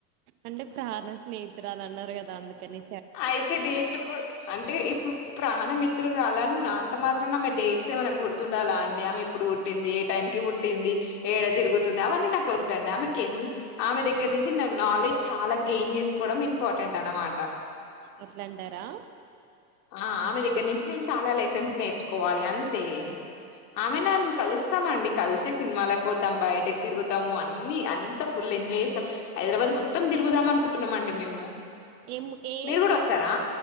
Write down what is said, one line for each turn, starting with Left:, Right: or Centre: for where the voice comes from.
Right: అంటే ప్రాణ స్నేహితురాలన్నారు కదా అందుకని
Left: అయితే డేట్లు గు అంటే ఇప్పుడు ప్రాణ మిత్రురాలన్న అంత మాత్రమే ఆమె డేట్స్ ఏమైనా గుర్తుండాలా అండి ఆమె ఎ ప్పుడు పుట్టింది ఏ టైం కి పుట్టింది ఏడ తిరుగుతుంది అవన్నీ నాకొద్దండి ఆమెకెం ఆమె దగ్గర్నించి నా నాలెడ్జ్ చాలా గేన్ చేస్కోడం ఇంపార్టెంట్ అనమా
Right: అట్లంటారా
Left: ఆ ఆమె దగ్గర్నించి నేను చాలా లెసెన్స్ నేర్చుకోవాలి అంతే ఆమె నన్ కలుస్ సం అండి కల్సి సినిమాలక్పోతాం బైటిక్ తిరుగుతము అన్ని అంత ఫుల్ ఎంజాయ్ చేస్తాం హైద్రాబాద్ మొత్తం తిరుగుదాం అనుకుంటున్నామండి మేము
Right: ఇమ్మ కేము
Left: మీరు కూడా వస్తారా